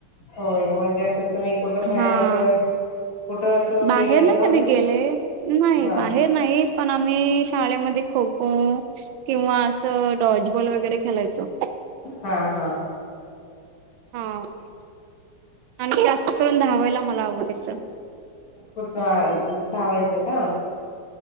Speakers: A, on the left; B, on the right.
A: होय म्हणजे असं तुम्ही कुठं बाहेर
B: हा.
A: असं कुठं असं
B: बाहेर
A: गेलं नाही
B: नाय
A: का म्हणजे
B: कधी गेले. नाही
A: हा
B: बाहेर नाही पण आम्ही शाळेमध्ये खो खो किंवा असं डॉचबॉल वगैरे खेलायचो.
A: हा हा
B: हा आणि जास्त करून धावायला मला आवडायचं.
A: कुठ हा धावायचं का?